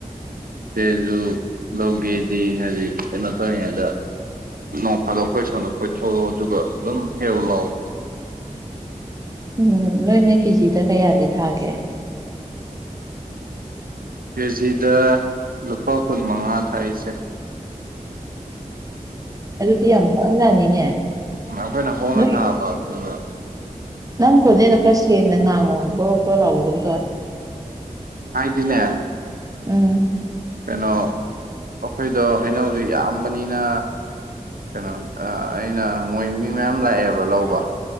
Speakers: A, on the right; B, on the right.
A: ꯏꯆꯦꯖꯨ ꯂꯧꯒꯦꯗꯤ ꯍꯥꯏꯗꯤ ꯀꯩꯅꯣ ꯇꯧꯔꯤꯉꯩꯗ ꯅꯣꯡ ꯐꯥꯗꯣꯛ ꯑꯈꯣꯏ ꯁꯣꯟꯗ ꯀꯣꯏꯊꯣꯛꯔꯛꯑꯣ ꯑꯗꯨꯒ ꯑꯗꯨꯝ ꯍꯦꯛꯎ ꯂꯥꯎꯋꯣ
B: ꯎꯝ ꯅꯣꯏꯅ ꯀꯦꯖꯤꯗ ꯀꯌꯥꯗꯤ ꯊꯥꯒꯦ
A: ꯀꯦꯖꯤꯗ ꯂꯨꯄꯥ ꯀꯨꯟ ꯃꯉꯥ ꯊꯥꯏ ꯏꯆꯦ
B: ꯑꯗꯨꯗꯤ ꯌꯥꯝ ꯍꯣꯡꯖꯥꯅꯤꯅꯦ
A: ꯑꯥ ꯑꯩꯈꯣꯏꯅ ꯍꯣꯡꯅ
B: ꯅꯣꯏ
A: ꯊꯥꯕ ꯑꯗꯨꯒ
B: ꯅꯪ ꯈꯣꯖꯦꯟꯗꯣ ꯈꯔ ꯁꯦꯡꯅ ꯉꯥꯡꯉꯣ ꯕ꯭ꯔꯣ ꯕ꯭ꯔꯣ ꯂꯥꯎꯕꯒꯨꯝ ꯇꯧꯋꯦ
A: ꯍꯥꯏꯗꯤꯅꯦ
B: ꯎꯝ
A: ꯀꯩꯅꯣ ꯑꯩꯈꯣꯏꯗꯣ ꯍꯩꯅꯧꯖꯦ ꯌꯥꯝꯕꯅꯤꯅ ꯀꯩꯅꯣ ꯑꯥ ꯑꯩꯅ ꯃꯣꯏ ꯃꯤ ꯃꯌꯥꯝ ꯂꯥꯛꯑꯦꯕ ꯂꯧꯕ